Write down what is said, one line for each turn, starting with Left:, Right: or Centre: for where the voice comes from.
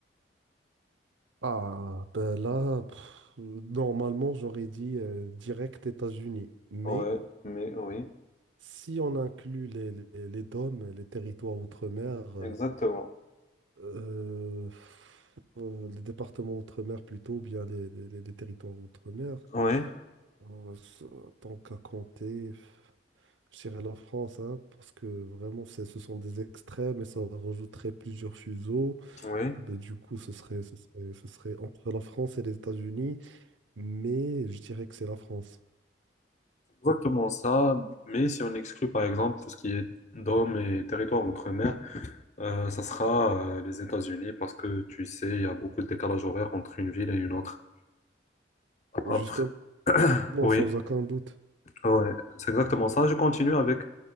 Right: Ah, ben là, pff, normalement, j'aurais dit euh, direct États-Unis. Mais
Left: Ouais, mais oui,
Right: si on inclut les, les, les DOM, les territoires outre-mer, euh,
Left: exactement.
Right: euh, pff, euh, les départements outre-mer plutôt, ou bien les, les- les- les territoires outre-mer,
Left: Oui,
Right: euh, ça- tant qu'à compter. Je dirais la France, hein, parce que vraiment, c'est- ce sont des extrêmes et ça rajouterait plusieurs fuseaux.
Left: oui,
Right: Ben, du coup, ce serait, ce serait, ce serait entre la France et les États-Unis, mais je dirais que c'est la France.
Left: exactement ça. Mais si on exclut par exemple tout ce qui est dôme et territoire outre-mer, euh, ça sera euh, les États-Unis parce que tu sais, il y a beaucoup de décalage horaire entre une ville et une autre. Après,
Right: Justement,
Left: oui,
Right: sans aucun doute.
Left: ouais, c'est exactement ça. Je continue avec